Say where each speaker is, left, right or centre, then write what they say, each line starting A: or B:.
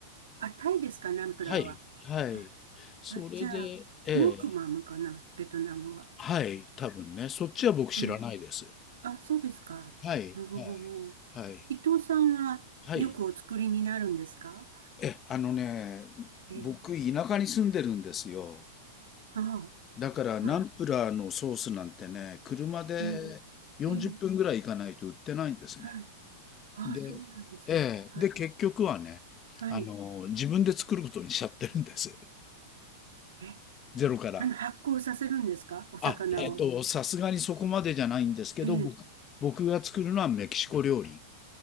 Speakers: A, on the right; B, on the left.
A: あ、タイですか、ナンプラーは。
B: はい、はい。
A: あ、
B: それでええ、
A: あじゃあ、ニョクマムかな、ベトナムは。
B: はい、多分ね、そっちは僕知らないです。
A: あ、あ、そうですか。
B: はい、
A: あー
B: はい、はい、
A: 伊藤さんはよくお作りになるんですか
B: はい。え、あのね、
A: ええ、
B: 僕、田舎に住んでるんですよ。
A: あ
B: だから、
A: あ。
B: ナンプラーのソースなんてね、
A: はい
B: 車で40分ぐらい行かないと売ってないんですね。
A: ええ、ええ、はい。ああ、
B: で、
A: そうなんですか。
B: ええ、
A: はい。
B: で、結局はね、
A: はい。
B: あの、自分で作ることにしちゃってるんです。
A: え、
B: ゼロから。
A: あの、発酵させるんですかお魚を。
B: あ、えっと、さすがにそこまでじゃないんですけど、
A: ええ。
B: 僕、僕が作るのはメキシコ料理。